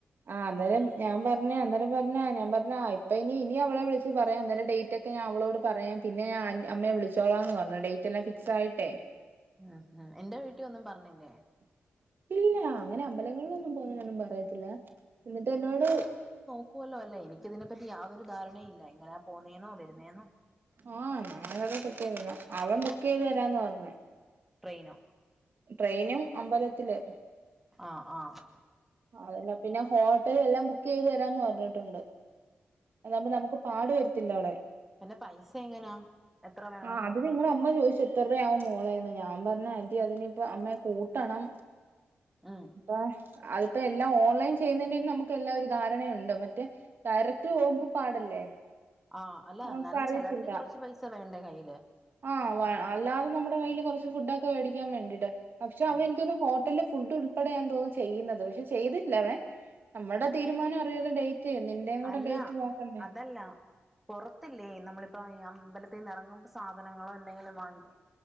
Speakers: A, on the right (about 55°); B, in the centre.
A: ആഹ് അനേരം ഞാൻ പറഞ്ഞേ അന്നേരം പറഞ്ഞ ഞാൻ പറഞ്ഞ ആ ഇപ്പ ഇനി ഇനി അവളെ വിളിച്ച് പറയാം അന്നേരം ഡേ റ്റക്കെ ഞാ അവളോട് പറയാം പിന്നെ ഞാൻ ആൻ്റ് അമ്മയെ വിളിച്ചോളാന്ന് പറഞ്ഞു ഡേറ്റ് എല്ലാം ഫിക്സ് ആയിട്ടേ
B: ഹ ഹാ എന്റെ വീട്ടിഒന്നും പറഞ്ഞില്ലേ
A: ഇല്ല അങ്ങനെ അമ്പലങ്ങളിലൊന്നും പോന്നേനൊന്നും പറയത്തില്ല എന്നിട്ട് എന്നോട്
B: ക്കുവല്ലോ അല്ലേ എനിക്കിതിനെപ്പറ്റി യാതൊരു ധാരണയില്ല എങ്ങനെ പോന്നെന്നോ വരുന്നേന്നോ
A: ആഹ് ഞാനൊക്കെ സെറ്റ് ചെയ്തോളാം അവൻ ബുക്ക് ചെയ് ത് തരാന്നപറഞ്ഞെ
B: ട്രെയിനോ
A: ട്രെയിനും അമ്പലത്തില്
B: ആഹ് ആഹ്
A: അതല്ല പിന്നെ ഹോട്ടലെല്ലാം ബുക്ക് ചെയ്ത് തരാന്ന് പറഞ്ഞിട്ടുണ്ട് അതകുമ്പോ നമുക്ക് പാട് വരത്തില്ല അവിടെ
B: പിന്നെ പൈസ എങ്ങനാ എത്ര വേണം
A: ആ അത് നിങ്ങളമ്മ ചോയിച്ചു എത്രരൂപവു മോളേന്ന് ഞാൻ പറഞ്ഞു ആൻ്റി അതിനിപ്പോ അമ്മേ കൂട്ടണം
B: ആഹ്
A: അപ്പ അതിപ്പോ എല്ലാം ഓൺലൈൻ ചെയ്യുന്നൻ്റെല് നമുക്ക് എല്ലാരു ധാരണയുണ്ട് മറ്റേ ടയറക്റ്റ് പോമ്പോ പാടല്ലേ
B: ആഹ് അല്ല
A: നമുക്ക്
B: അന്നാലും
A: അറിയത്തില്ല
B: ചെലവിന് കൊറച്ച് പൈസ വേണ്ടേ കയ്യില്
A: ആഹ് അല്ലാതെ നമ്മടെ കയ്യില് കൊറച്ച് ഫുഡൊക്കെ വേടിക്കാൻ വേണ്ടീട്ട് പക്ഷെ അവൻ
B: ഉം
A: എനിക്കോന്നു ഹോട്ടലില് ഫുഡ് ഉൾപ്പെടെയാന്തോന്നു ചെയ്യുന്നത് പക്ഷെ ചെയ്തില്ല അവൻ നമ്മടെ തീരുമാനം അറിയാതെ ഡേറ്റ് നിന്റെയും കൂടെ
B: അല്ല
A: ഡേറ്റ് നോക്കണ്ടേ
B: അതല്ല പൊറത്തില്ലേ നമ്മളിപ്പ അമ്പലത്തിന്നെറങ്ങുമ്പോ സാധനങ്ങളോ എന്തെങ്കിലും വാങ്ങിക്കണം